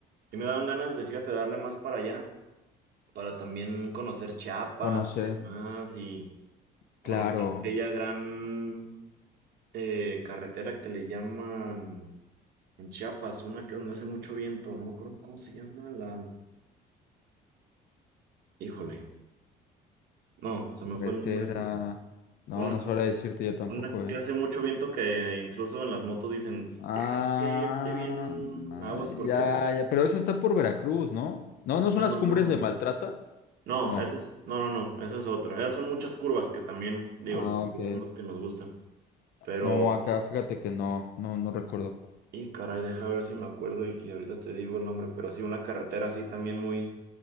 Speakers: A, on the right (about 70°); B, on the left (about 65°).
A: Sí me daban ganas de, fíjate, darle más para allá, para también conocer Chiapas
B: Conocer,
A: y demás, y conocer
B: claro,
A: aquella gran eh, carretera que le llaman en Chiapas, una que donde hace mucho viento, no me acuerdo cómo se llama la... Híjole, no, se me
B: carretera.
A: fue el nombre. ahorita.
B: No,
A: Una,
B: no sabré decirte yo tampoco,
A: una
B: ¿eh?
A: que hace mucho viento que incluso en las motos dicen,
B: Ah,
A: tienes que irte bien aguas porque...
B: ya,
A: te-
B: ya, pero esa está por Veracruz, ¿no? No, ¿no son
A: No,
B: las
A: no, no.
B: cumbres de Maltrata?
A: No,
B: No.
A: eso es, no, no, no, eso es otra. Esas son muchas curvas que también, digo,
B: Ah,
A: las
B: ok.
A: curvas son las que nos gustan. Pero,
B: No, acá fíjate que no, no, no recuerdo.
A: y caray, deja ver si me acuerdo y, y ahorita te digo el nombre, pero sí, una carretera así también muy,